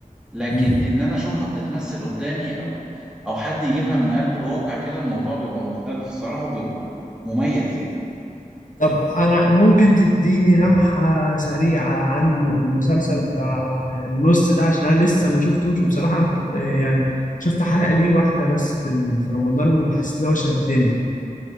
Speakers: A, in the centre; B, on the left.
A: لكن
B: مم.
A: ان انا اشوفها بتتمثل قدامي او او حد يجيبها من قلب الواقع كده الموضوع بيبقى مختلف الصراحة وبيبقى مميز يعني
B: طب انا ممكن تديني لمحة سريعة عن م- المسلسل بتاع النص ده عشان انا لسه ما شفتوش وبصراحة انا كنت آه، يعني شفت حلقة ليه واحدة بس في ال- في رمضان وحسيت لو شدني